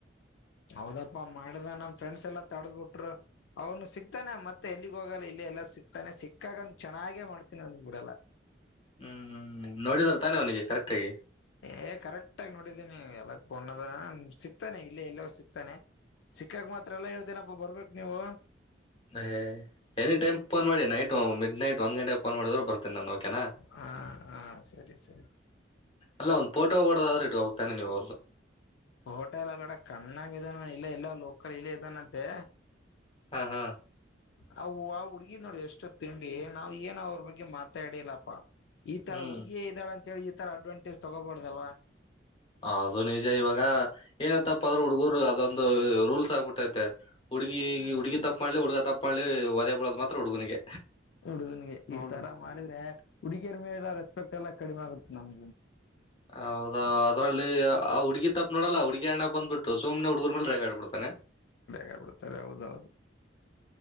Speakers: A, on the left; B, on the left.
A: ಹೌದಪ್ಪಾ ಮಾಡ್ದ ನಮ್ ಫ್ರೆಂಡ್ಸ್ ಎಲ್ಲಾ ತಡದ್ಬಿಟ್ರು ಅವ್ನು ಸಿಕ್ತಾನೆ ಮತ್ತೆ ಎಲ್ಲಿಗ್ ಹೋಗಲ್ಲ ಇಲೆ ಎಲ್ಲ ಸಿಗ್ತಾನೆ ಸಿಕ್ಕಾಗ ಅವನಿಗೆ ಚೆನ್ನಾಗೆ ಮಾಡ್ತೀನಿ ಅವನಿಗೆನ ಬಿಡಲ್ಲಾ
B: ಹ್ಮ್ ನೋಡಿದರ್ ತಾನೇ ಅವ್ನಿಗೆ ಕರೆಕ್ಟಾಗಿ.
A: ಏ ಕರೆಕ್ಟ್ ಆಗಿ ಎಲ್ಲ <unintelligible> ಸಿಗ್ತಾನೆ ಇಲ್ಲ ಎಲ್ಲೂ ಸಿಕ್ತಾನೆ ಸಿಕ್ಕಾಕ್ ಮಾತ್ರ ಎಲ್ಲಾ ಹೇಳ್ತೇನಪ್ಪ ಬರ್ಬೇಕ ನೀವು.
B: ಹೇ ಎನಿ ಟೈಮ್ ಪೋನ್ ಮಾಡಿ ನೈಟ್ ಮಿಡ್ ನೈಟ್ -- ಒಂದ್ ಗಂಟೆಗ್ ಫೋನ್ ಮಾಡಿದ್ರು ಬರ್ತೇನಾನು ಓಕೆನಾ
A: ಹಾ ಹಾ ಸರಿ ಸರಿ
B: ಅಲ್ಲ ಒಂದು ಪೋಟೊ <unintelligible> ಇಟ್ಕೋಬೇಕು ತಾನೆ ನೀವು
A: ಪೋಟ ಎಲ್ಲ ಬೇಡ ಕಣ್ಣಾಗ್ ಇದಾನ ಇಲ್ಲೆ ಎಲ್ಲಾ ಲೋಕಲ್ ಗ್ ಇದಾನಂತೆ.
B: ಹಾ ಹಾ
A: ಹ ಆ ಹುಡ್ಗಿ ನೋಡಿ ಇಷ್ಟಾದ ತಿಂಡಿ ನಾವ್ ಏನ್ ಅವ್ರ ಬಗ್ಗೆ ಮಾತೆ ಆಡಿಲಪ್ಪ. ಈ ತರ
B: ಹ್ಮ್
A: ಹುಡುಗಿ ಇದ್ದಾಳ್ ಅಂತೇಳಿ ಈ ತರ ಅಡ್ವಾಂಟೇಜ್ ತಗೋಬಾರ್ದಲ್ವಾ.
B: ಅದು ನಿಜ ಇವಾಗ ಏನ ತಪ್ಪಾದ್ರೂ ಹುಡುಗರು ಅದೊಂದು ರೂಲ್ಸ್ ಆಗ್ಬಿಟ್ - ಮತ್ತೆ ಹುಡ್ಗಿ
A: ಹ್ಮ್
B: ಹುಡ್ಗಿ ತಪ್ಪ ಮಾಡ್ಲಿ ಹುಡುಗ ತಪ್ಪ ಮಾಡ್ಲಿ ಒದೆ ಬಳೋದ್ ಮಾತ್ರ ಹುಡ್ಗನ್ಗೆ
A: ಹುಡುಗನ್ಗೆ ಈ ತರ ಮಾಡಿದ್ರೆ ಹುಡ್ಗಿಯರ ಮೇಲಿರೂ ರೆಸ್ಪೆಕ್ಟ್ ಎಲ್ಲಾ ಕಡಿಮೆ ಆಗುತ್ತ ನಮ್
B: ಹೌದಾ ಅದರಲ್ಲಿ ಆ ಹುಡುಗಿ ತಪ್ಪ ನೋಡಲ್ಲ ಹುಡುಗಿ ಅಣ್ಣ ಬಂದ್ಬಿಟ್ಟು ಸುಮ್ನೆ ಹುಡುಗರ್ ಮೇಲೆ ರೇಗ ಡ್ ಬಿಡ್ತಾನೆ.
A: ಯಾರ್ ಬಿಡ್ತಾರೆ ಹೌದೂ